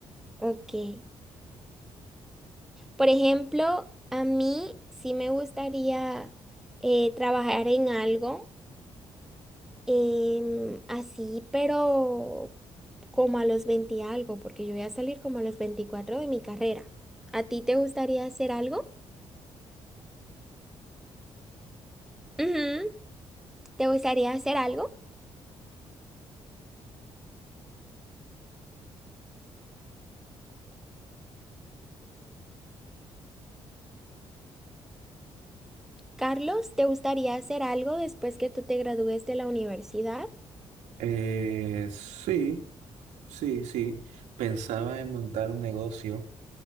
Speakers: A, in the centre; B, on the right.
A: o qué? Por ejemplo, a mí sí me gustaría eh, trabajar en algo em, así, pero como a los 20 y algo, porque yo voy a salir como a los 24 de mi carrera. ¿A ti te gustaría hacer algo? Ujú. ¿Te gustaría hacer algo? Carlos, ¿te gustaría hacer algo después que tú te gradúes de la universidad?
B: Eh, sí, sí, sí. Pensaba en montar un negocio